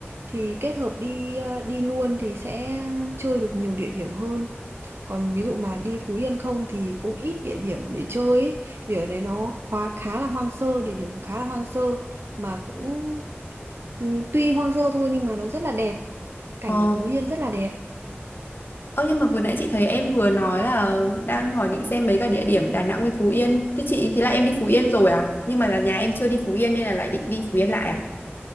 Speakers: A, on the right (about 65°); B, on the left (about 55°).
A: Thì kết hợp đi ờ, đi luôn thì sẽ chơi được nhiều địa điểm hơn. Còn ví dụ mà đi Phú Yên không thì cũng ít địa điểm để chơi ấy. Vì ở đấy nó khá khá là hoang sơ, địa điểm khá là hoang sơ mà cũng ừ, tuy hoang sơ thôi nhưng mà nó rất là đẹp. Cảnh
B: Ờ
A: ở Phú Yên rất là đẹp.
B: Ơ nhưng mà vừa nãy chị thấy em vừa nói là đang hỏi định xem mấy cái địa điểm Đà Nẵng với Phú Yên. Thế chị thế là em đi Phú Yên rồi à? Nhưng mà là nhà em chưa đi Phú Yên nên là lại định đi Phú Yên lại à?